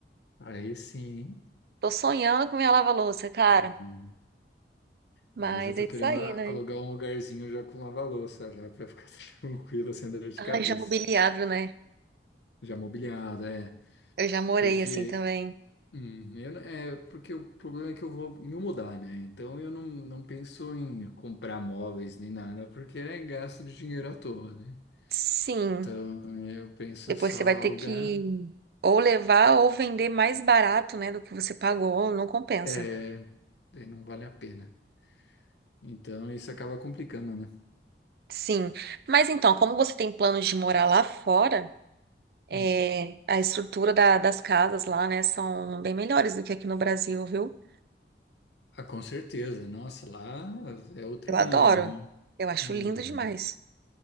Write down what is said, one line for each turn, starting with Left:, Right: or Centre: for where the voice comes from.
Left: aí sim.
Right: Tô sonhando com minha lava-louça, cara.
Left: hein?
Right: Mas
Left: Eu já tô
Right: é isso
Left: querendo
Right: aí,
Left: a-
Right: né?
Left: alugar um lugarzinho já com lava-louça, já pra ficar <laughs> tranquilo, sem dor de
Right: Ai,
Left: cabeça.
Right: já mobiliado, né?
Left: Já mobiliado, é.
Right: Eu já morei
Left: Porque,
Right: assim também.
Left: hum, eu não- é, porque o problema é que eu vou me mudar, né? Então eu não, não penso em comprar móveis nem nada, porque é gasto de dinheiro à toa, né?
Right: Sim.
Left: Então eu penso
Right: Depois
Left: só
Right: você vai
Left: alugar,
Right: ter que ou levar ou vender mais barato, né, do que você pagou, não compensa.
Left: é, daí não vale a pena. Então isso acaba complicando, né?
Right: Sim. Mas então, como você tem planos de morar lá fora, é,
Left: Hum.
Right: a estrutura da- das casas lá, né, são bem melhores do que aqui no Brasil, viu?
Left: Ah, com certeza. Nossa, lá é outro
Right: Eu
Left: nível,
Right: adoro.
Left: né?
Right: Eu acho
Left: Uhum.
Right: lindo demais.